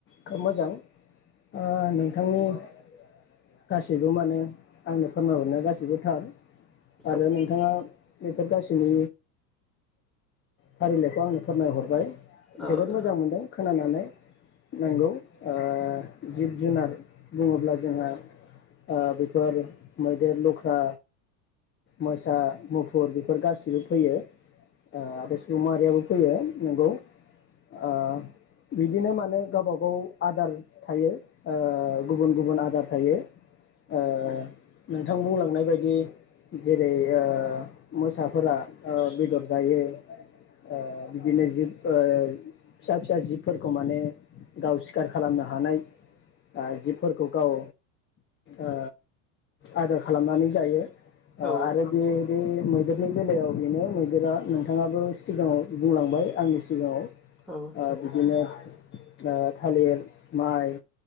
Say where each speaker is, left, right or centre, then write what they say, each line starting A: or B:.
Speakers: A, on the left; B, in the centre.
A: खोब मोजां ओ नोंथां थ' गासैबो माने आंनो फोरमायहरनो गास बिबो थार आरो
B: औ
A: नोंथाङा बेफोर गासैनि फारिलाइखौ आंनो फोरमायहरबाय।
B: औ
A: जोबोद मोजां मोनदों। खोनानानै नोंगौ ओ जिब जुनार बुङोब्ला जोंहा ओ बेफोर मैदेर, लख्रा, मोसा, मुफुर बेफोर गासिबो फैयो। ओ बे सुबुं माहारियाबो फैयो नोंगौ ओ बिदिनो माने गावबागाव आदार थायो। ओ गुबुन गुबुन आदार थायो। ओ नोंथां बुंलांनाय बायदि जेरै ओ मोसाफोरा ओ बेदर जायो ओ बिदिनो जिब ओ फिसा फिसा जिब फोरखौ माने गाव सिखार खालामनो हानाय ओ जिबफोरखौ गाव ओ आदार खालामनानै जायो। ओ
B: औ
A: आरो बे दे मैदेरनि बेलायाव बेनो मैदेरा नोंथाङाबो सिगाङाव बुंलांबाय आंनि सिगाङाव
B: औ।
A: ओ बिदिनो ओ थालिर माइ